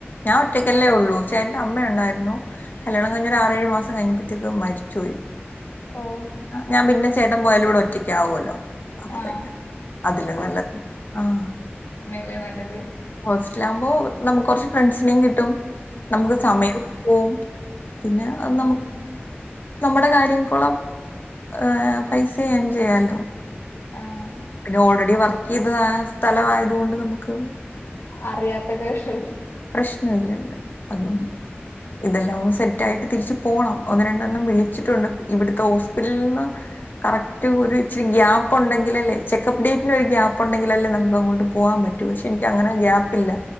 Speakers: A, on the left; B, on the left.
A: ഞാൻ ഒറ്റയ്ക്കല്ലേ ഉള്ളൂ ചേട്ടന്റെ അമ്മയുണ്ടായിരുന്നു കല്യാണം കഴിഞ്ഞൊ ഒരു ആറേഴ് മാസം കഴിഞ്ഞപ്പോഴത്തേക്ക് മരിച്ചോയി
B: ഓഹ്
A: ഞാൻ പിന്നെ ചേട്ടൻ പോയാലും ഇവിടെ ഒറ്റക്കാവോല്ലോ അപ്പൊ
B: ആഹ്
A: പിന്നെ അതില് നല്ലത് ആഹ്
B: ല്ലെ നല്ലത്
A: ഹോസ്റ്റിലാകുമ്പോ നമുക്ക് കൊറ്ച്ച് ഫ്രണ്ട്സിനേയും കിട്ടും നമുക്ക് സമയൊം
B: ആഹ്
A: പോവും പിന്നെ അ നമ്മുക്ക്
B: ഉം
A: നമ്മുടെ കാര്യം കൊളം ഏ പൈസേം ഏൺ ചെയ്യാലോ
B: ആഹ്
A: പിന്നെ ഓൾറെഡി വർക്ക് ചെയ്ത സ്ഥല ആയതുകൊണ്ട് നമുക്ക്
B: അറിയാത്തക് കിണ്ട് <unintelligible>
A: പ്രശ്നം ഇല്ലല്ലോ അതൊണ്ട് ഇതെല്ലാം ഒും സെറ്റ് ആയിട്ട് തിരിച്ച് പോണം ഒന്ന് രണ്ടെണ്ണം വിളിച്ചിട്ടുണ്ട് ഇവ്ട്ക്ക് ഹോസ്പിറ്റ്ൽന്ന് കറക്റ്റ് ഒരു ഇച്ചിരി ഗ്യാപ്പ് ഉണ്ടെങ്കിലല്ലേ ചെക്കപ്പ് ഡേറ്റിന് ഒരു ഗ്യപ്പ് ഉണ്ടെങ്കിൽല്ലേ നമുക്ക് അങ്ങോട്ട് പോവാൻ പറ്റു ക്ഷെ ഇൻക്ക് അങ്ങനെ ഗ്യാപ്പ് ഇല്ല